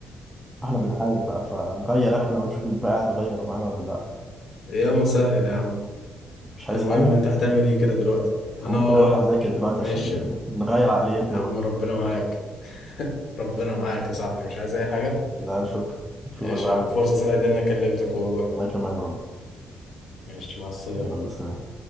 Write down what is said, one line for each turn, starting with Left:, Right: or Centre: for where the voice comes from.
Centre: احنا بنحاول بقى فنغير احنا ونشوف الباقي هيتغير معانا ولا لا
Left: يا مسهل يا عم
Centre: مش
Left: المهم
Centre: عايز حاجه
Left: انت هتعمل ايه كده دلوقتي انا
Centre: ممكن اروح اذاكر دلوقتي
Left: ماشي
Centre: عشان
Left: يا عم
Centre: نغير عقليتنا
Left: يا عم
Centre: بقى
Left: ربنا معاك ربنا معاك يا صاحبي مش عايز اي حاجة
Centre: لا شكرا اشوفك
Left: ماشي
Centre: بقى
Left: يا
Centre: على
Left: عم فرصة
Centre: خير
Left: سعيدة إن انا كلمتك والله
Centre: انا كمان والله
Left: ماشي مع السلامة
Centre: يلا سلام